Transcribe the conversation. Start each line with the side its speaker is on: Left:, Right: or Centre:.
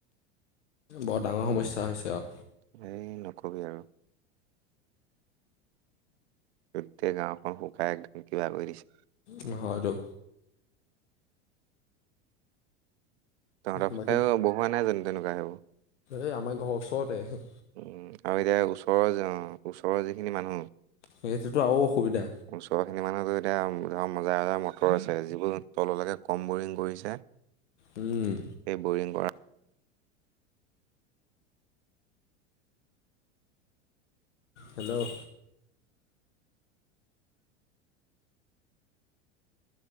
Left: বৰ ডাঙৰ সমস্যা হৈছে আও।
Right: এই নকবি আৰু। গোটেই গাঁওখন শুকাই একদম কিবা কৰি দিছে।
Left: উম হৈ তো।
Right: তহত
Left: বাকী
Right: ফালেও বহোৱা নাই জানো তেনেকুৱা সেইবো
Left: এই আমাৰ ঘৰৰ ওচৰতে হে।
Right: উম আমি এতিয়া ওচৰৰ যাওঁ ওচৰৰ যিখিনি মানুহ
Left: সেটোতো আৰু অসুবিধা।
Right: <unintelligible> এতিয়া ধৰ মজাৰ আজাৰ মটৰ আছে যিবোৰ তললেকে কম বৰিং কৰিছে।
Left: উম।
Right: এই বৰিং কৰা
Left: হেল্ল'।